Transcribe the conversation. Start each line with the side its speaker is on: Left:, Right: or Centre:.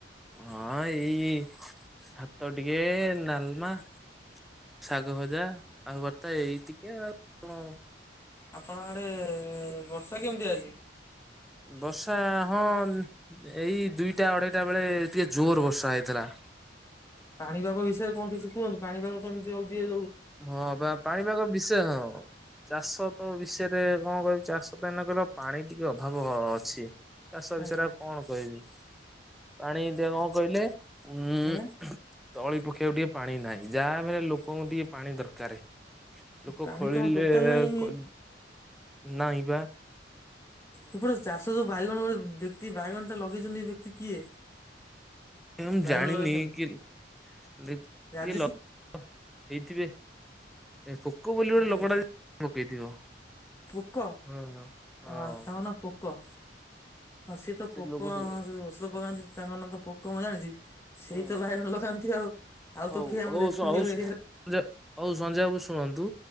Centre: ହଁ ଏଇ ଭାତ ଟିକେ ନାଲମା ଶାଗ ଭଜା ଆଉ ବର୍ତ୍ତା ଏଇ ଟିକେ ଆଉ ଣ।
Left: ଆପଣଙ୍କ ଆଡ଼େ ବର୍ଷା କେମିତି ଆଜି?
Centre: ବର୍ଷା ହଁ ଏଇ ଦୁଇଟା ଅଢ଼େଇଟା ବେଳେ ଟିକେ ଜୋର ବର୍ଷା ହେଇଥିଲା।
Left: ପାଣିପାଗ ବିଷୟରେ କଁ କିଛି କୁହନ୍ତୁ ପାଣିପାଗ ତ ଏମିତି ହଉଛି ଏ ଯଉ
Centre: ହଁ ପା ପାଣିପାଗ ବିଷୟ ହଁ। ଚାଷ ତ ବିଷୟରେ କଁ କହିବି ଚାଷ ତ ଏଇନା କହିଲ ପାଣି ଟିକେ ଅଭାବ ଅଛି। ଚାଷ
Left: ଆଜ୍ଞା
Centre: ବିଷୟରେ ଆଉ କଣ କହିବି ପାଣି ଟିକେ କଁ କହିଲେ ଉଁ
Left: ଆଜ୍ଞା
Centre: ତଳି ପକେଇବାକୁ ଟିକେ ପାଣି ନାହିଁ ଯାହା ବି ହେଲେ ଲୋକଙ୍କୁ ଟିକେ ପାଣି ଦର୍ କାରେ ଲୋକ
Left: ପାଣି
Centre: ଖୋଳିଲେ
Left: କଣ ଟୋଟାଲ ନାହିଁ
Centre: କ ନାଇଁ ପା।
Left: କେବଳ ଚାଷ ଯୋଉ ବାଇଗଣ ଗୋରେ ବ୍ୟକ୍ତି ବାଇଗଣଟା ଲଗେଇଚନ୍ତି ଏ ବ୍ୟକ୍ତି କିଏ?
Centre: ଏ ଉଁ
Left: ବାଇଗଣ
Centre: ଜାଣିନି
Left: ଲଗେଇଛନ୍ତି
Centre: କିଏ ଲି
Left: ରାଜେଶ
Centre: କିଏ ଲ ହେଇଥିବେ ପୋକ ଏ ବୋଲି
Left: ଆଚ୍ଛା
Centre: ଗୋଟେ ଲୋକଟା
Left: ଆଚ୍ଛା
Centre: ଯେ ପକେଇଥିବ।
Left: ପୋକ ଅ
Centre: ହଁ ହଁ
Left: ଆ ତାଙ୍କ ନାଁ ପୋକ? ହଁ ସିଏ ତ
Centre: ସେ
Left: ପୋକ
Centre: ଲୋକଟି
Left: ଯୋଉ ଔଷଧ ପକାନ୍ତି ତାଙ୍କ ନାଁ ତ ପୋକ ମୁଁ ଜାଣିଚି
Centre: ହୁଁ
Left: ସେଇ ତ ବାଇଗଣ ଲଗାନ୍ତି ଆଉ। ଆଉ
Centre: ହଉ
Left: ତ କିଏ ଆମେ
Centre: ହଉ
Left: ଦେଖିନୁ
Centre: ସ ହଉ
Left: ଏ ଏରିଆରେ
Centre: ସଞ୍ଜ ହଉ ସଞ୍ଜୟ ବାବୁ ଶୁଣନ୍ତୁ